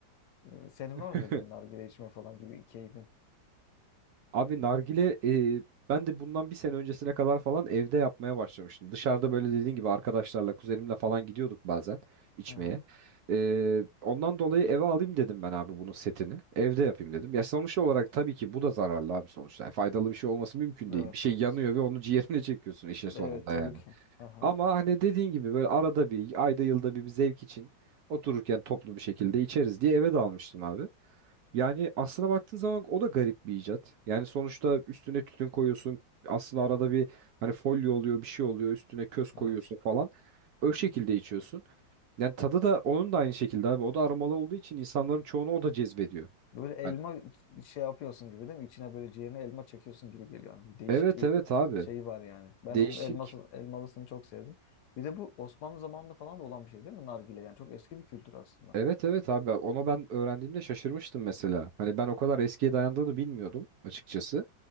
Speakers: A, on the left; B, on the right.
A: <laughs> e, senin
B: <laughs>
A: var mı böyle bir nargile içme falan gibi keyfin?
B: Abi nargile e, ben de bundan bir sene öncesine kadar falan evde yapmaya başlamıştım. Dışarıda böyle dediğin gibi arkadaşlarla, kuzenimle falan gidiyorduk bazen içmeye.
A: Aha.
B: E, ondan dolayı eve alayım dedim ben abi bunun setini. Evde yapayım dedim. Ya sonuç olarak tabii ki bu da zararlı abi sonuçta. Yani faydalı bir şey olması mümkün
A: Evet
B: değil. Bir şey
A: evet.
B: yanıyor ve onu ciğerine <laughs> çekiyorsun işin sonunda
A: Evet tabii
B: yani.
A: ki. Aha.
B: Ama hani dediğin gibi böyle arada bir, ayda yılda bir, bir zevk için otururken toplu bir şekilde içeriz diye eve dalmıştım abi. Yani aslına baktığın zaman o da garip bir icat. Yani sonuçta üstüne tütün koyuyorsun. Aslında arada bir hani folyo oluyor, bir şey oluyor. Üstüne köz koyuyorsun
A: Evet.
B: falan. O şekilde içiyorsun. Yani tadı da onun da aynı şekilde abi. O da aromalı olduğu için insanların çoğunu o da cezbediyor.
A: Böyle elma
B: Hani-
A: şey yapıyorsun gibi değil mi? İçine böyle ciğerine elma çekiyorsun gibi geliyor. Yani değişik
B: Evet
A: bir
B: evet abi.
A: şey var yani. Ben
B: Değişik.
A: onun elması, elmalısını çok sevdim. Bir de bu Osmanlı zamanında falan da olan bir şey değil mi? Nargile yani çok eski bir kültür aslında.
B: Evet evet abi onu ben öğrendiğimde şaşırmıştım mesela. Hani ben o kadar eskiye dayandığını bilmiyordum açıkçası.